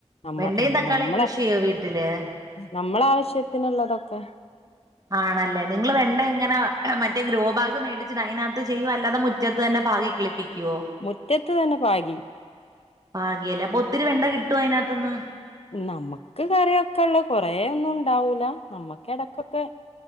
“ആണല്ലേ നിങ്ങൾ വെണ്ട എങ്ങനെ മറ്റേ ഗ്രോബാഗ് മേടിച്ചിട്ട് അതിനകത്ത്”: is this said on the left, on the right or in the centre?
Right